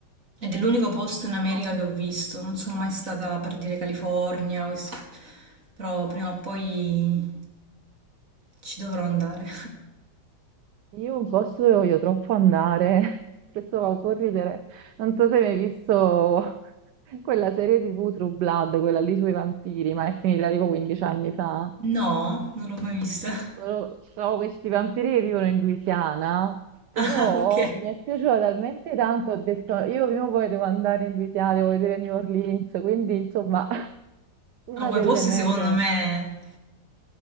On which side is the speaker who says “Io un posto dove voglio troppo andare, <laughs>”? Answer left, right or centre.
Right